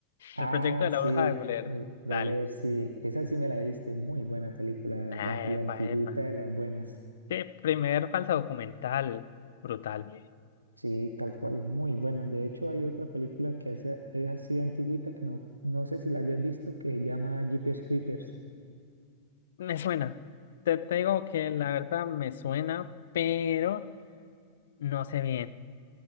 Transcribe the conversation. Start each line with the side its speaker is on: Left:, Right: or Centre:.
Right: Ah,
Left: el proyecto de la
Right: sí,
Left: bruja de Blair,
Right: eh, de
Left: dale.
Right: leer, sí. Esa sí me la viste, muy buena película, la verdad,
Left: Ah,
Right: y
Left: epa,
Right: antigüita
Left: epa.
Right: de las buenas.
Left: Sí, primer falsa documental, brutal.
Right: Sí, tal cual, es muy buena. De hecho, hay otra película que hace, es así antigüita que no, no sé si la hayas visto, que se llama Jeepers Creepers.
Left: Me suena. Te, te digo que la verdad me suena, pero no sé bien.